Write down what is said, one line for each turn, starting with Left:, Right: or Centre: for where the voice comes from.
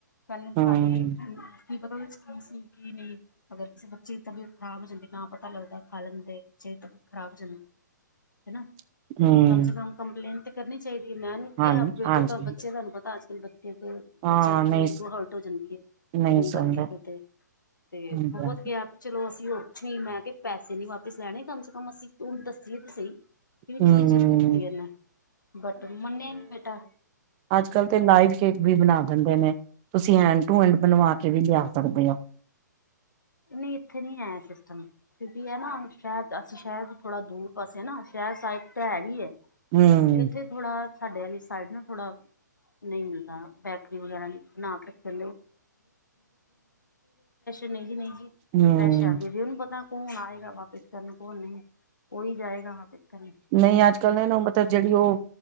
Left: ਪਹਿਲਾਂ ਖਾਲੀਐ
Right: ਹੂੰ,
Left: ਕੀ ਪਤਾ ਉਹਦੇ 'ਚ ਕੀ ਸੀ ਕੀ ਨਹੀਂ। ਅਗਰ ਕਿਸੇ ਬੱਚੇ ਦੀ ਤਬੀਅਤ ਖਰਾਬ ਹੋ ਜਾਂਦੀ ਨਾ ਪਤਾ ਲੱਗਦਾ ਖਾ ਲੈਂਦੇ, ਬੱਚੇ ਦੀ ਤਬੀਅਤ ਖ਼ਰਾਬ ਹੋ ਜਾਂਦੀ।
Right: <inaudible>
Left: ਹੈਨਾ ਤੇ
Right: ਹੂੰ,
Left: ਕਮ ਸੇ ਕਮ ਕੰਪਲੇਂਨ ਤੇ ਕਰਨੀ ਚਾਹੀਦੀ ਏ, ਮੈਂਨੂੰ <unintelligible>
Right: ਹਾਂ
Left: ਬੇਟੇ
Right: ਹਾਂਜੀ,
Left: ਤੋਂ ਬੱਚੇ ਤੁਹਾਨੂੰ ਪਤਾ ਅੱਜ ਕੱਲ੍ਹ ਬੱਚੇ ਤੋਂ
Right: ਹਾਂ
Left: ਬੱਚਿਆਂ ਦੀ
Right: ਨਹੀਂ
Left: ਤੇ ਇਗੋ ਹਰਟ ਹੋ ਜਾਂਦੀ ਏ
Right: ਨਹੀਂ
Left: ਇੰਨੀ
Right: ਸੁਣਦਾ
Left: ਗੱਲ ਕੇਦੋ ਤੇ ਤੇ
Right: ਹਾਂਜੀ
Left: ਥਹੁਤ
Right: ਹਾਂਜੀ,
Left: <unintelligible> ਚਲੋ ਅਸੀਂ ਹੋਰ ਕੁਛ ਨੀ, ਮੈਂ ਕਿਆ ਪੈਸੇ ਨੀ ਵਾਪਿਸ ਲੈਣੇ ਕਮ ਸੇ ਕਮ ਅਸੀਂ ਤੁੂੰ ਦੱਸੀਏ ਤੇ ਸਹੀ। ਕੀ
Right: ਹੂੰ,
Left: ਚੀਜ਼ ਦਿੱਤੀ ਏ ਇਨੇ ਬਟ ਮੰਨਿਆ ਇ ਨਿ ਬੇਟਾ।
Right: ਅੱਜ ਕੱਲ ਤੇ ਲਾਈਵ ਕੇਕ ਵੀ ਬਣਾ ਦਿੰਦੇ ਨੇ। ਤੁਸੀਂ ਹੈਂਡ ਟੂ ਹੈਂਡ ਬਣਵਾ ਕੇ ਵੀ ਲਿਆ ਸਕਦੇ ਹੋ।
Left: ਨਹੀਂ, ਇੱਥੇ ਨੀ ਏ ਐ ਸਿਸਟਮ। ਕਿਉਂਕਿ ਏਨਾ ਸ਼ਹਿਰ 'ਚ ਅਸੀਂ ਸ਼ਹਿਰ 'ਚ ਥੋੜਾ ਦੂਰ ਪਾਸੇ ਆ ਨਾ ਸ਼ਹਿਰ ਸਾਈਡ ਤਾਂ ਹੈ ਹੀ ਏ।
Right: ਹੂੰ,
Left: ਇੱਥੇ ਥੋੜਾ ਸਾਡੇ ਆਲੀ ਸਾਈਡ ਨਾ ਥੋੜਾ ਨਹੀਂ ਮਿਲਦਾ ਬੈਕਰੀ ਵਗੈਰਾ ਨੀ। <unintelligible> ਫਰੈਸ਼ਰ ਨਹੀਂ ਜੀ, ਨਹੀਂ ਜੀ,
Right: ਹੂੰ।
Left: ਫਰੈਸ਼ ਆ <inaudible> ਪਤਾ। ਕੌਣ ਆਏਗਾ ਵਾਪਿਸ ਕਰਨ ਕੌਣ ਨਹੀਂ, ਔਈ ਜਾਯੇਗਾ ਵਾਪਿਸ ਕਰਨ।
Right: ਨਹੀਂ ਅੱਜ ਕੱਲ੍ਹ
Left: ਤੇ
Right: ਇਹਨੂੰ ਮਤਲਬ ਜਿਹੜੀ ਉਹ